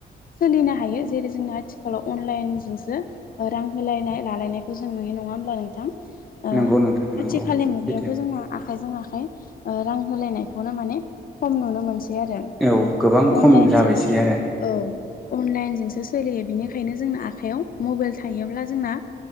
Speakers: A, on the left (about 50°); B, in the centre.
A: सोलिनो हायो जेरै जोंना आथिखालाव अनलाइनजोंसो रां होलायनाय लालायनायखौ जों नुयो नङा होमब्ला नोंथां
B: नंगौ नोंथां नंगौ
A: आथिखालनि मुगायाव
B: सैथो
A: आखाइजों आखाय रां होलायनायखौनो माने खम नुनो मोनसै आरो
B: औ गोबां
A: अनलाइन
B: खम जाबायसै
A: जोंसो
B: आरो
A: औ सोलियो बिनिखायनो जोंनो आखाइयाव मबाइल थायोब्ला जोंना